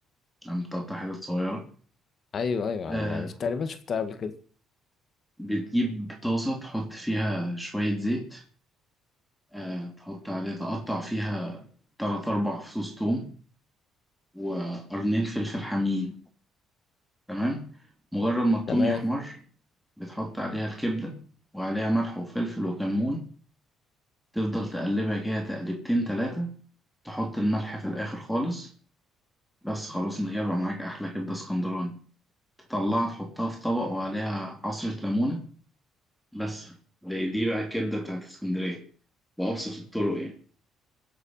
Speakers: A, in the centre; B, on the left (about 45°).
A: لما بتقطع حتت صغيرة
B: ايوه ايوه
A: آه
B: يعني تقريبا شفتها قبل كده
A: بتجيب طاسة تحط فيها شوية زيت آه تحط عليها تقطع فيها تلات أربع فصوص توم وقرنين فلفل حامين تمام مجرد ما التوم
B: تمام
A: يحمر بتحط عليها الكبدة وعليها ملح وفلفل وكمون تفضل تقلبها كده تقلبتين تلاتة تحط الملح في الآخر خالص بس خلاص انت كده بقى معاك أحلى كبدة اسكندراني تطلعها تحطها في طبق وعليها عصرة ليمونة بس دي, دي بقى الكبدة بتاعت اسكندرية بأبسط الطرق يعني